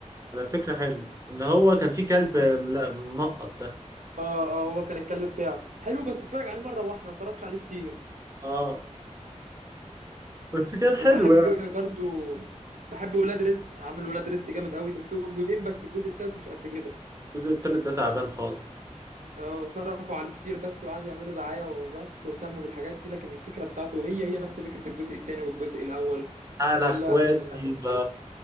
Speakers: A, on the right; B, on the right.
A: على فكره حلو اللي هو كان فيه كلب ملا- منقط ده
B: اه اه هو كان الكلب بتاعه حلو بس اتفرج عليه مره واحده ما اتفرجش عليه كتير
A: اه بس كان حلو
B: وبحب
A: يعني
B: برضو بحب ولاد رزق عامل ولاد رزق جامد قوي بس هو جزئين بس الجزء التالت مش قد كده
A: الجزء التالت ده تعبان خالص
B: اه صرفوا عليه كتير بس وقعدوا يعملوا دعاية وبس واهتموا بالحاجات دي لكن الفكرة بتاعته هي هي نفس فكرة الجزء التاني والجزء الأول
A: انا
B: كلها
A: اخواتي
B: زي...
A: ب